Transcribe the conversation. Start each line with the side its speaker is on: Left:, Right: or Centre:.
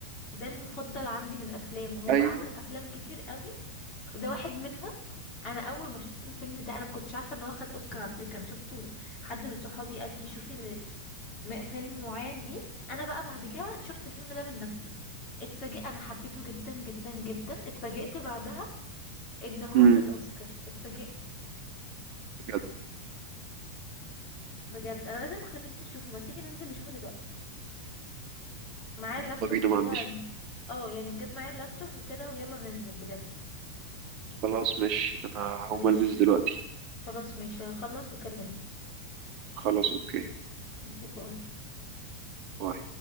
Left: ده المفضل عندي من افلامه هو
Right: ايوه
Left: بقى عمل افلام كتير قوي ده واحد منهم انا اول ما شفت الفيلم ده انا ما كنتش عارفه ان هو خد اوسكار على فكره انا شفته حد من صحابي قال لي شوفي ال- م- فيلم معين ليه انا بقى بعد كده شفت الفيلم ده من نفسي اتفاجئت انا حبيته جدا جدا جدا اتفاجئت بعدها ان هو
Right: امم
Left: خد اوسكار اتفاجئت
Right: بجد
Left: بجد انا لازم اخليك تشوفه ما تيجي ننزل نشوفه دلوقتي معايا اللابتوب
Right: يلا بينا
Left: وكده
Right: ما عنديش
Left: اه يعني بجد معايا اللابتوب وكده ويلا ننزل بجد
Right: خلاص ماشي انا هقوم
Left: ماشي
Right: البس دلوقتي
Left: خلاص ماشي هخلص وكلمني
Right: خلاص اوكي
Left: ماشي باي
Right: باي